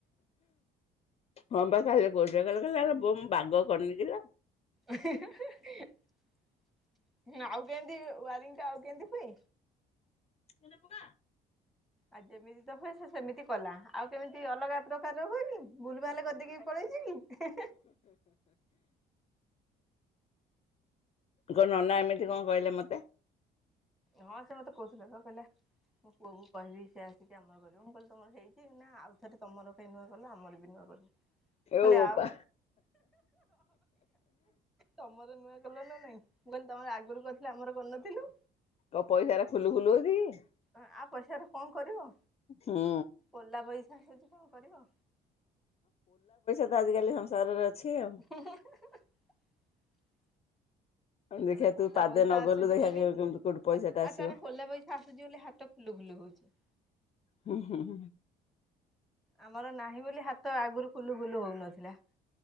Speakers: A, on the left; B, in the centre.
A: ହଁ ପା। ବୋଉ ସେଇଆ କହିଲା କହିଲା ବୋଉ ମୁଁ ବାଗ କରିନି କିଲୋ।
B: ନା ଆଉ ଯେନ୍ତି ୱାରିଂ ଟା ଆଉ କେନ୍ତି ହୁଏ?
A: ମାନେ ପକା।
B: ଆଉ ଯେମିତି ତ ହୁଏ ସେ ସେମିତି କଲା ଆଉ କେମିତି ଅଲଗା ପ୍ର ହୁଏ କି ଭୁଲ ଭାଲ କରିଦେଇକି ପଳେଇଚି କି?
A: ତୋ ନନା ଏମିତି କ କହିଲେ ମତେ।
B: ହଁ ସେ ମତେ କୋହୁଥିଲେ ପା। କହିଲେ ମୋ ପୁଅ କ କହିବି ସେ ଆସିକି ଆମର କରିବି ମୁଁ କହିଲି ତମର ହେଇ କି ନା ଆଉଥରେ ତମ କାଇଁ ନୂଆ କଲ ଆମର ବି ନୂଆ କରୁ।
A: ଏ
B: ହେଲେ
A: ବୋପା
B: ଆଉ ତମର ନୂଆ କଲ ନା ନାଇଁ ମୁଁ କହିଲି ତମର ଆଗରୁ କରିଥିଲ ଆମର କରିନଥିଲୁ।
A: କ ପଇସା ରେ ଖୁଲୁ ଖୁଲୁ ହଉଛି କି?
B: ଆଉ ପଇସାରେ କ କରିବ।
A: କି ହୁଁ
B: ଓଲା ପଇସା ହେଇଛି କଣ କରିବ?
A: ଆଜିିକାଲି ସଂସାରରେ ଅଛି
B: <inaudible>
A: ଆଉ। ଦେଖିବା
B: ତାର ପୋଲା
A: ତୁ ପାଦେ
B: ପଇସା
A: ନ
B: ଆସୁଛି,
A: ଗଲୁ ଦେଖିବା
B: ବୋଲି
A: କେମିତି କୋଉଠୁ ପଇସା
B: ଆଉ
A: ଟା ଆସିବ
B: ତାର ପୋଲା ପଇସା ଆସୁଛି ବୋଲି ହାତ ଖୋଲ ଭୁଲ ହଉଛି।
A: ହୁଁ ହୁଁ ହୁଁ।
B: ଆମର ନାହିଁ ବୋଲି ହାତ ଆଗରୁ ଫୁଲୁ ବୁଲୁ ହଉନଥିଲା।